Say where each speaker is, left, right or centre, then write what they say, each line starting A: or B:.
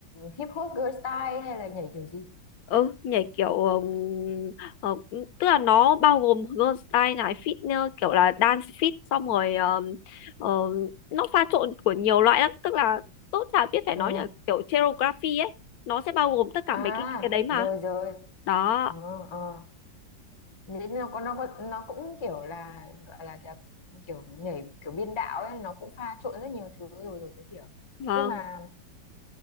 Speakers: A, on the left; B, on the left.
A: hip hop girl style hay là nhảy kiểu gì
B: ừ nhảy kiểu ừm, ờ, tức là nó bao gồm girl style này fitness kiểu là dance fit xong rồi ờm, ờ, nó pha trộn của nhiều loại lắm tức là tốt chả biết phải nói
A: ờ
B: là kiểu choreography ấy nó sẽ bao gồm tất cả
A: à
B: mấy cái cái đấy mà
A: rồi rồi
B: đó
A: ờ ờ Nhảy nó có nó có nó cũng kiểu là gọi là kiểu, kiểu nhảy kiểu biên đạo ấy nó cũng pha trộn rất nhiều thứ rồi rồi tới hiểu
B: vâng
A: nhưng mà